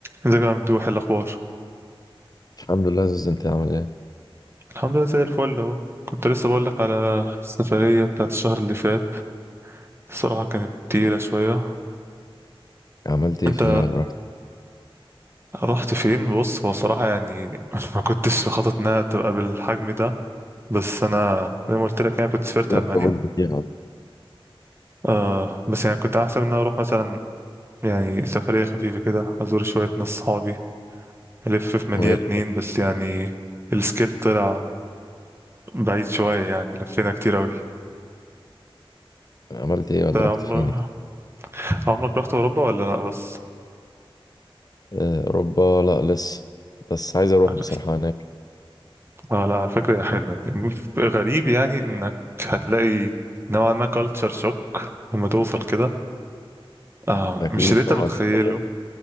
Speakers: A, on the right (about 25°); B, on the left (about 40°).
A: ازيك يا ممدوح إيه الاخبار
B: الحمد لله يا زوز انت عامل ايه
A: الحمد لله زي الفل اهو كنت لسه بقول لك على السفريه بتاعت الشهر اللي فات الصراحه كانت تقيله شويه
B: عملت ايه
A: انت
B: فيها ولا رحت
A: رحت فين بص هو صراحه يعني <laughs> ما كنتش خطط انها تبقى بالحجم ده بس انا زي ما قلت لك يعني كنت سافرت
B: لك
A: المانيا
B: طولت فيها ولا
A: آه بس يعني كنت احسب ان انا اروح مثلا يعني سفريه خفيفه كده ازور شويه ناس صحابي الف في مدينه
B: ويلك.
A: اتنين بس يعني السكيل طلع بعيد شويه يعني لفينا كتير اوي
B: عملت ايه
A: انت
B: ولا
A: عمرك
B: رحت فين احكي.
A: عمرك رحت اوروبا ولا لا بس
B: آه، اوروبا لا لسه بس عايز اروح
A: اه
B: بصراحه هناك
A: لا على فكرة هي حلوة غريب يعني انك هتلاقي نوعا ما كالتشر شوك لما توصل كده آه
B: اكيد
A: مش اللي انت
B: طبعا
A: متخيله
B: في فرق